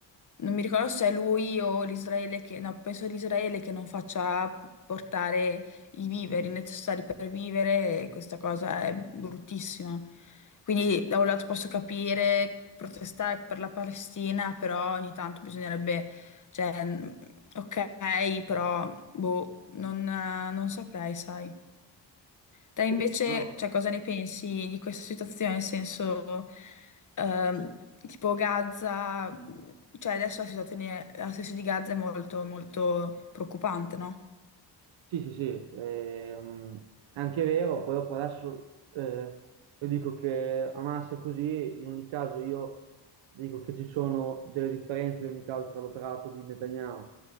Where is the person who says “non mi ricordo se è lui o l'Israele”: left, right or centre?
Left